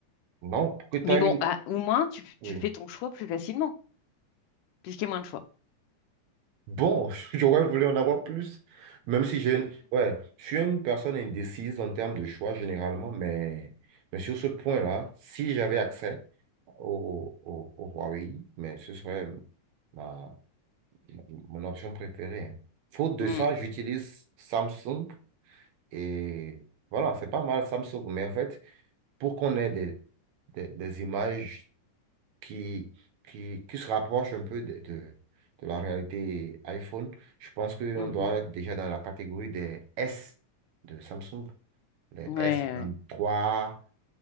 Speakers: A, on the right; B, on the left.
A: Non, pour que tu
B: Mais
A: as une.
B: bon, ah, au moins tu,
A: Oui.
B: tu fais ton choix plus facilement puisqu'il y a moins de choix.
A: Bon, <laughs> j'aurais voulu en avoir plus, même si j'ai, ouais, je suis une personne indécise en termes de choix généralement, mais, mais sur ce point-là, si j'avais accès au, au, au Huawei, mais ce serait ma, mon option préférée. hein. Faute de
B: Mm.
A: ça, j'utilise Samsung et voilà, c'est pas mal Samsung, mais en fait, pour qu'on ait des, des, des images qui, qui, qui se rapproche un peu de, de, de la réalité iPhone. Je pense qu'on
B: Mhm.
A: doit être déjà dans la catégorie des S de Samsung, les
B: Ouais,
A: s vingt trois